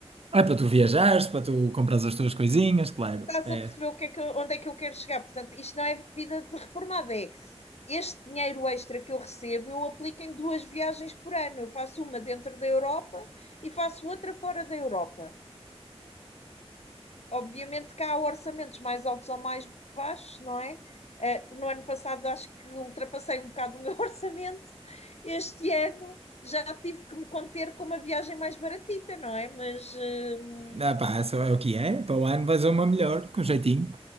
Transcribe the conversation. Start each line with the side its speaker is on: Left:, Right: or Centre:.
Right: É para tu viajares, para tu comprares as tuas coisinhas, claro.
Left: Estás
Right: É.
Left: a perceber o que é que eu- onde é que eu quero chegar? Portanto, isto não é vida de reformada, é este dinheiro extra que eu recebo, eu aplico em duas viagens por ano. Eu faço uma dentro da Europa e faço outra fora da Europa. Obviamente que há orçamentos mais altos ou mais baixos, não é? Eh, no ano passado acho que ultrapassei um bocado o meu <laughs> orçamento. Este ano já tive que me conter com uma viagem mais baratita, não é? Mas hum,
Right: Ah, pá, só é o que é. Para o ano vais a uma melhor, com jeitinho.